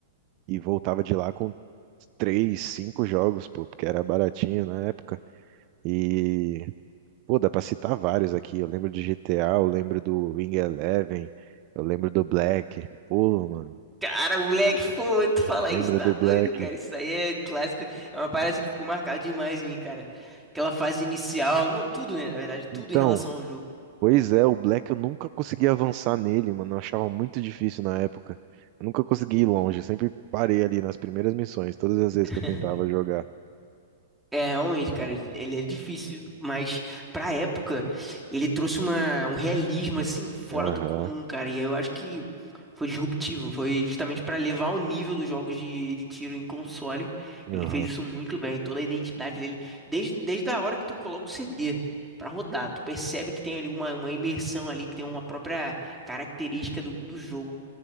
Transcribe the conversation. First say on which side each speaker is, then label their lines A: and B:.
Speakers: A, on the right; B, in the centre.
A: e voltava de lá com três, cinco jogos, pô, porque era baratinho na época. E, pô, dá pra citar vários aqui. Eu lembro do G T A eu lembro do Wing Eleven, eu lembro do Black. Pô, mano,
B: Cara, moleque, pô, tu falar
A: lembra
B: isso tá
A: do
B: doido,
A: Black?
B: cara. Isso aí é clássico. É uma parada assim que ficou marcada demais em mim, cara. Aquela fase inicial, não, tudo, né? Na verdade, tudo
A: Então,
B: em relação ao jogo.
A: pois é, o Black eu nunca consegui avançar nele, mano. Eu achava muito difícil na época. Eu nunca consegui ir longe, eu sempre parei ali nas primeiras missões, todas as vezes
B: <laughs>
A: que eu tentava jogar.
B: É, realmente, cara, ele é difícil, mas pra época ele trouxe uma, um realismo assim fora
A: Aham,
B: do comum, cara. E eu acho que foi disruptivo, foi justamente pra levar o nível dos jogos de, de tiro em console. Ele
A: aham.
B: fez isso muito bem, toda a identidade dele, desde, desde a hora que tu coloca o CD pra rodar, tu percebe que tem ali uma, uma imersão ali, que tem uma própria característica do, do jogo.